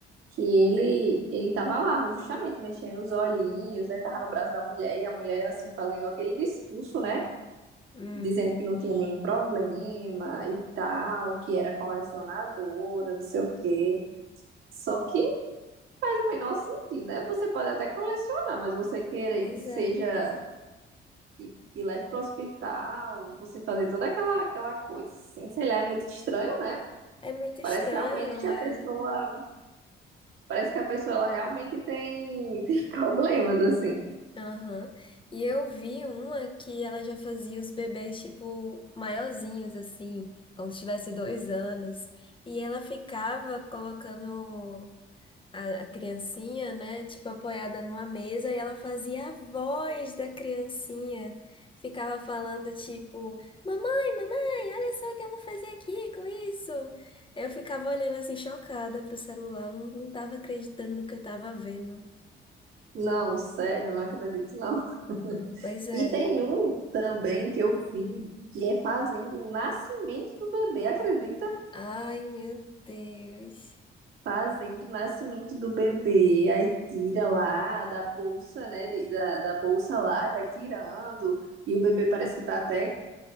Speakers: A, on the right; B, on the left.
A: que ele, ele tava lá, justamente mexendo os olhinhos, né? Tava no braço da mulher e a mulher, assim, fazendo aquele discurso, né?
B: Hum.
A: Dizendo que não tinha nenhum problema e tal, que era colecionadora, não sei o quê. Só que faz o menor sentido, né? Você pode até colecionar, mas você querer
B: Pois
A: que seja,
B: é.
A: que, que leve para o hospital, você fazer toda aquela, aquela coisa assim, sei lá, é muito estranho, né?
B: É muito
A: Parece
B: estranho.
A: realmente que a
B: é.
A: pessoa, parece que a pessoa ela realmente tem, <laughs> tem problemas, assim.
B: Aham. E eu vi uma que ela já fazia os bebês, tipo, maiorzinhos, assim, como se tivesse dois anos. E ela ficava colocando a, a criancinha, né, tipo, apoiada numa mesa, e ela fazia a voz da criancinha. Ficava falando, tipo, mamãe, mamãe, olha só o que eu vou fazer aqui com isso. Eu ficava olhando, assim, chocada pro celular, não, não tava acreditando no que eu tava vendo.
A: Não, sério, não acredito, não. <laughs>
B: Pois é.
A: E tem um também que eu vi, que é fazendo o nascimento do bebê, acredita?
B: Ai, meu Deus.
A: fazendo o nascimento do bebê, aí tira lá da bolsa, né, de- da, da bolsa lá, e vai tirando, e o bebê parece que tá até